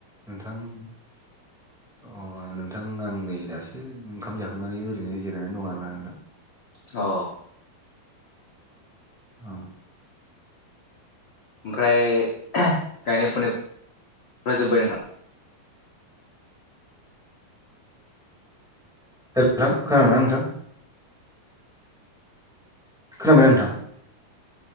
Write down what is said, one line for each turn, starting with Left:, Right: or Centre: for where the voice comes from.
Centre: नोंथां अ नों नोंथां आं नै दासो ओंखाम जाखांनानै ओरैनो जिरायनानै दं आरोना आों दा
Left: अ
Centre: औ
Left: ओमफ्राय गायनाय फुनाय जोबबाय न थां
Centre: हेलौ नोंथां खोनादों ना नोंथां? खोनाबाय नोंथां